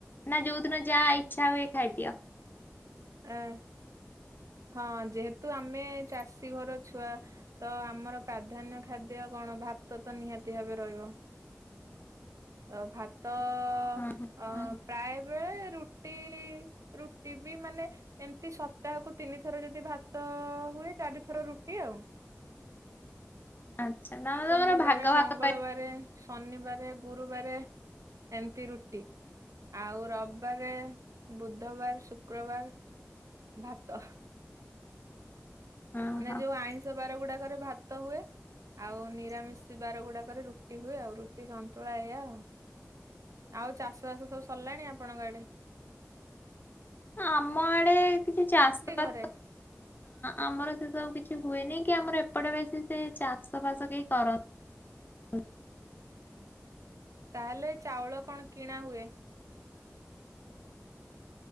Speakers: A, on the left; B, on the right.
A: ନା ଯୋଉଦିନ ଯାହା ଇଚ୍ଛା ହୁଏ ଖାଇଦିଅ?
B: ଏଁ ହଁ ଯେହେତୁ ଆମେ ଚାଷୀ ଘର ଛୁଆ ତ ଆମର ପ୍ରାଧାନ୍ୟ ଖାଦ୍ୟ କଣ ଭା ତ ତ ନିହାତି ଭାବେ ରହିବ। ତ ଭାତ ଅ
A: ହଁ ହଁ
B: ପ୍ରାୟେବେଳେ ରୁଟି ରୁଟି ବି ମାନେ ଏମତି ସତ୍ ତାହାକୁ ତିନି ଥର ଯଦି ଭାତ ହୁଏ ଚାରିଥର ରୁଟି ଆଉ।
A: ଆଚ୍ଛା ତମେ
B: ସୋମବାରେ,
A: ତମର ଭାଗ ଭାଗ
B: ମଙ୍ଗଳବାରେ,
A: କରି
B: ଶନିବାରେ, ଗୁ ଗୁରୁବାରେ ଏମିତି ରୁଟି। ଆଉ ରବବାରେ, ବୁଧବାର୍, ଶୁକ୍ରବାର୍ ଭାତ।
A: ହଁ
B: ମାନେ
A: ହଁ
B: ଯୋଉ ଆଇଁଷ ବାର ଗୁଡାକରେ ଭାତ ହୁଏ। ଆଉ ନିରାମିଷ ବାର ଗୁଡାକରେ ରୁଟି ହୁଏ ଆଉ ରୁଟି ସନ୍ତୁଳା ଏଇ ଆଉ ଆଉ ଚାଷ ବାସ ସବୁ ସରିଲାଣି ଆପଣଙ୍କ ଏଡେ
A: ଆମ ଆଡେ କିଛି ଚାଷ ବାସ
B: ଘରେ
A: ଆମର ସବୁ କିଛି ହୁଏନି କି ଆମର ଏପଟେ ବେଶୀ ସେ ଚାଷ ବାସ କେହି କରନ୍ତି।
B: ତାହେଲେ ଚାଉଳ କଣ କିଣା ହୁଏ।